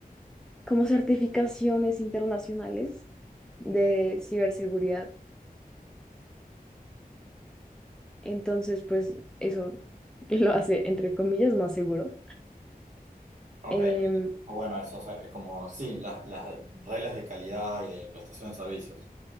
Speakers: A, in the centre; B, on the right.
A: como certificaciones internacionales de ciberseguridad. Entonces, pues eso <laughs> lo hace, entre comillas, más seguro.
B: Ok.
A: Em,
B: Bueno, eso, o sea, como, sí, las, las reglas de calidad y de prestación de servicios.